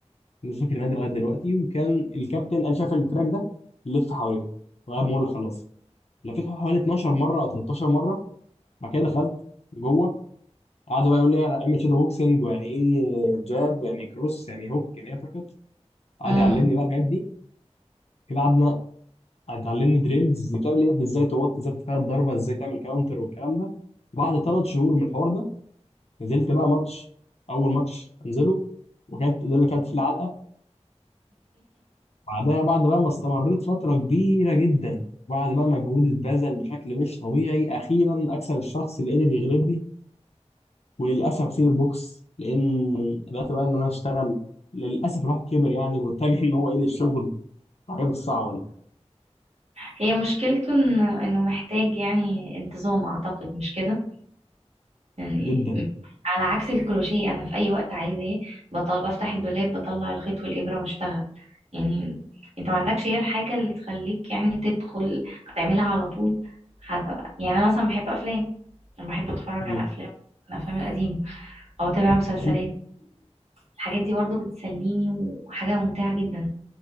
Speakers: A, on the left; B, on the right.
A: مش فاكر النادي لغايه دلوقتي وكان الكابتن قال شاف التراك ده لف حواليه لغايه ما اقول خلاص لفيت حوالي 12 مره او 13 مره بعد كده دخلت جوه قعدوا بقى يقول لي اعمل شادو بوكسنج ويعني ايه جاب يعني إيه كروس يعني إيه هوك يعني ايه ابر كات. قعد
B: مم.
A: يعلمني بقى الحاجات دي كده قعدنا اتعلمني دريلز بتاع اللي هي ازاي توطي ازاي تفادى الضربه ازاي تعمل كاونتر والكلام ده بعد ثلاث شهور من الحوار ده نزلت بقى ماتش اول ماتش انزله وكانت ده اللي كانت فيه العلقه بعدها بعد بقى ما استمريت فتره كبيره جدا بعد بقى مجهود اتبذل بشكل مش طبيعي اخيرا اكسب الشخص اللي قدر يغلبني وللاسف اسيب البوكس لان بدات بقى ان انا اشتغل للاسف الواحد كبر يعني واتجه ان هو ايه للشغل الحاجات الصعبه دي
B: هي مشكلته إن... انه محتاج يعني انتظام اعتقد مش كده يعني
A: جدا
B: على عكس الكروشيه انا في اي وقت عايزاه بطل بفتح الدولاب بطلع الخيط والابره واشتغل يعني انت ما عندكش هي الحاجه اللي تخليك يعني تدخل تعملها على طول حتى يعني انا مثلا بحب افلام انا بحب اتفرج
A: مم.
B: على افلام الافلام القديمه او اتابع مسلسلات
A: حلو
B: الحاجات دي برضو بتسليني وحاجه ممتعه جدا